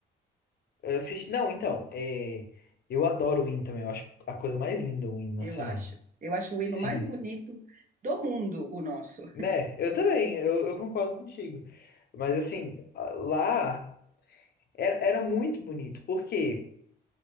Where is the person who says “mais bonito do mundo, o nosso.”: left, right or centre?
Right